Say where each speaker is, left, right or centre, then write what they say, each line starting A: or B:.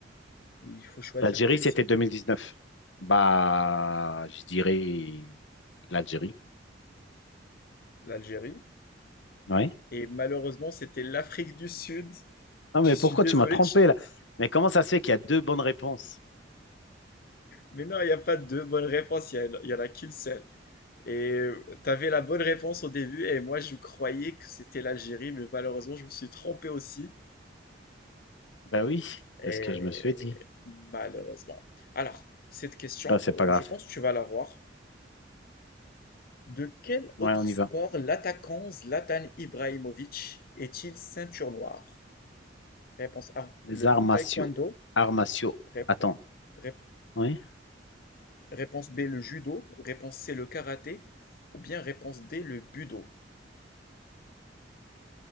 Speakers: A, on the left; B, on the left.
A: il faut choisir
B: L'Algérie,
A: qu'une
B: c'était
A: seule,
B: deux mille dix neuf Bah, je dirais l'Algérie.
A: l'Algérie.
B: Oui.
A: Et malheureusement, c'était l'Afrique du Sud.
B: Non,
A: Je
B: mais
A: suis
B: pourquoi
A: désolé,
B: tu m'as trompé
A: tu
B: là? Mais comment ça se fait qu'il y a deux bonnes réponses?
A: Mais non, il n'y a pas de deux bonnes réponses, il y, en a qu'une seule. Et tu avais la bonne réponse au début, et moi je croyais que c'était l'Algérie, mais malheureusement je me suis trompé aussi.
B: Ben oui,
A: Et
B: c'est ce que je me suis dit.
A: malheureusement. Alors, cette question,
B: Ben, c'est
A: euh,
B: pas grave.
A: je pense que tu vas l'avoir. De quel
B: Ouais,
A: autre
B: on y
A: sport
B: va.
A: l'attaquant Zlatan Ibrahimovic est-il ceinture noire? Réponse A,
B: Les
A: le
B: arts martiaux.
A: taekwondo.
B: Arts martiaux.
A: Répo-
B: Attends.
A: rép-
B: Oui.
A: réponse B, le judo. Réponse C, le karaté. Ou bien réponse D, le budo.